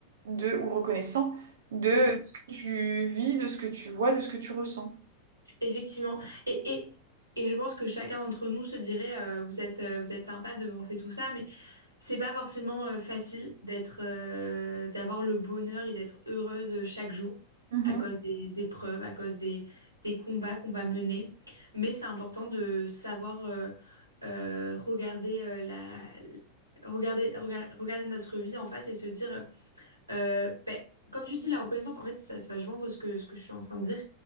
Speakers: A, on the right; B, on the right.
A: de ou reconnaissant de
B: Mm, mm.
A: ce que tu vis, de ce que tu vois, de ce que tu ressens.
B: Effectivement. Et, et, et je pense que chacun d'entre nous se dirait, euh, vous êtes, euh, vous êtes sympa de penser tout ça, mais c'est pas forcément euh, facile d'être, euh, d'avoir le bonheur et d'être heureuse chaque jour
A: Mhm.
B: à cause des épreuves, à cause des, des combats qu'on va mener. Mais c'est important de savoir euh, euh, regarder euh, la, regarder, regar- regarder notre vie en face et se dire. Euh, ben, comme tu dis, la reconnaissance, en fait, ça, ça va joindre ce que, ce que je suis en train de dire.